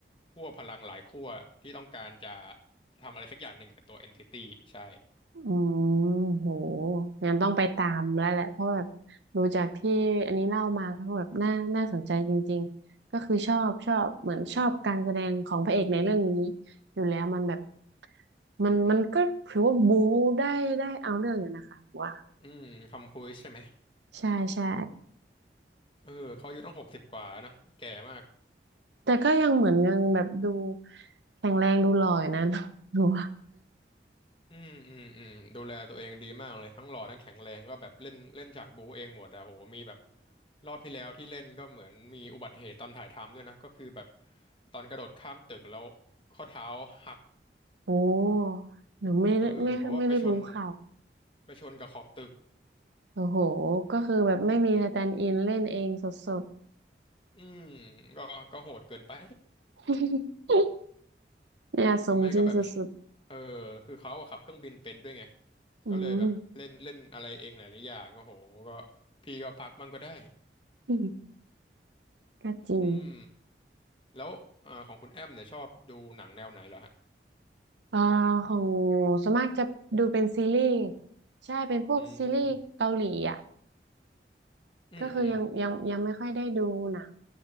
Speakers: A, on the left (about 30°); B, on the right (about 85°).
A: ขั้วพลังหลายขั้วที่ต้องการจะทำอะไรสักอย่างหนึ่งกับตัวเอนติตี้ใช่
B: อืมโหงั้นต้องไปตามแล้วแหละเพราะแบบดูจากที่อันนี้เล่ามาก็แบบน่าน่าสนใจจริงๆก็คือชอบชอบเหมือนชอบการแสดงของพระเอกในเรื่องนี้อยู่แล้วมันแบบมันมันก็ถือว่าบู๊ได้ได้เอาเรื่องอยู่นะคะว่า
A: อืมทำครูซใช่ไหม
B: ใช่ใช่
A: เออเขาอายุตั้งหกสิบกว่านะแก่มาก
B: แต่ก็ยังเหมือนยังแบบดูแข็งแรงดูหล่ออยู่นะ <laughs> หนูว่า
A: อืมอืมอืมดูแลตัวเองดีมากเลยทั้งหล่อทั้งแข็งแรงก็แบบเล่นเล่นฉากบูเองหมดอะโหมีแบบรอบที่แล้วที่เล่นก็เหมือนมีอุบัติเหตุตอนถ่ายทำด้วยนะก็คือแบบตอนกระโดดข้ามตึกแล้วข้อเท้าหัก
B: โอ้หนูไม่ได้ไม่ไม่ได้รู้ข่าว
A: เออเพราะว่าไปชนไปชนกับขอบตึก
B: โอ้โหก็คือแบบไม่มีสแตนด์อินเล่นเองสดๆ
A: อืมก็ก็โหดเกินไป
B: <laughs> เนี่ยสมจริงสุด
A: หรือไม่ก็แบบเออคือเขาอะขับเครื่องบินเป็นด้วยไง
B: ๆอืม
A: ก็เลยแบบเล่นเล่นอะไรเองหลายๆอย่างก็โหก็พี่ก็พักบ้างก็ได้
B: อืมก็จริง
A: อืม แล้วเอ่อของคุณแอมเนี่ยชอบดูหนังแนวไหนเหรอฮะ
B: อ่าของหนูส่วนมากจะดูเป็นซีรีส์ใช่เป็นพวกซีรีส์เกาหลีอ่ะ
A: อืมอืมอืม
B: ก็คือยังยังยังไม่ค่อยได้ดูหนัง